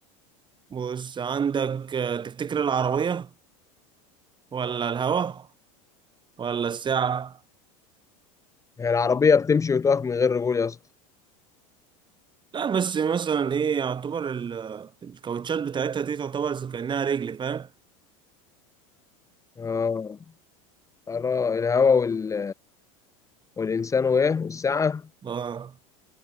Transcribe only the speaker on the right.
بص عندك آه، تفتكر العربية ولا الهوا ولا الساعة
لا بس مثلا ايه يعتبر ال- الكاوتشات بتاعتها دي تعتبر زي كأنها رجل فاهم
اه